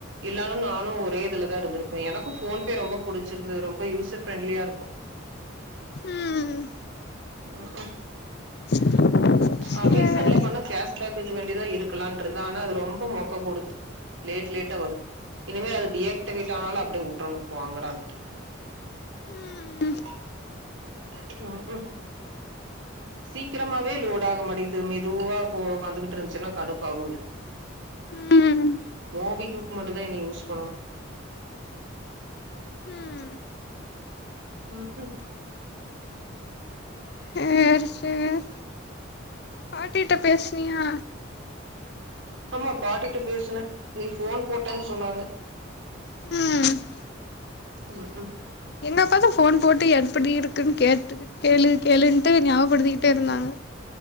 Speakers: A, on the right; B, on the left.
A: இல்லனா நானு ஒரே இதுலதா இருந்திருப்ப எனக்கு ஃபோன் பே ரொம்ப புடிச்சிருந்தது ரொம்ப யூசர் ஃபிரெண்ட்லியா இருக்கு
B: ம்
A: ம்ஹும்
B: <inaudible> சேரி
A: அமேசான்ல பண்ணா கேஷ் பேக்குக்கு வேண்டிதா இருக்கலான்ட்டுருந்த ஆனா அது ரொம்ப மொக்க போடுது லேட் லேட்டா வருது இனிமேல் அது டீ ஆக்டிவேட் ஆனாலு அப்டியே விட்டுருனு போங்கடான்ட்டு
B: ம்
A: <unintelligible> ம்ஹும் சீக்கிரமாவே லோடு ஆக மாட்டேகுது மெதுவா போ வந்துகிட்டு இருந்துச்சுனா கடுப்பாகுல்ல
B: ம்
A: ஓபி குரூப் மட்டும் தான் இனி யூஸ் பண்ணனும்
B: ம்
A: உஹும் <unintelligible>
B: சேர் சேர் பாட்டிட பேசனியா?
A: ஆமா பாட்டி கிட்ட பேசின நீ போன் போட்டேன்னு சொன்னாங்க
B: ம்
A: உஹீம்
B: எங்க அப்பா தான் போன் போட்டு எப்படி இருக்குன்னு கேட்டு கேளு கேளுன்ட்டு ஞாப்படுத்திகிட்டே இருந்தாங்க